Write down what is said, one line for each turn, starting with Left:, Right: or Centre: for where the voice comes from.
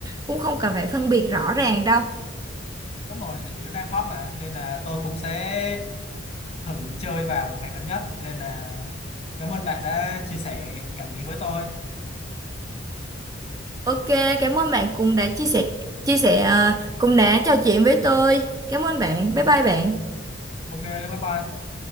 Right: cũng không cần phải phân biệt rõ ràng đâu
Left: đúng rồi tại vì nó đang hot mà nên là tôi cũng sẽ thử chơi vào một ngày gần nhất nên là cảm ơn bạn đã chia sẻ cảm nghĩ với tôi
Right: ok cảm ơn bạn cũng đã chia sẻ chia sẻ à, cũng đã trò chuyện với tôi cảm ơn bạn bye bye bạn
Left: ok bye bye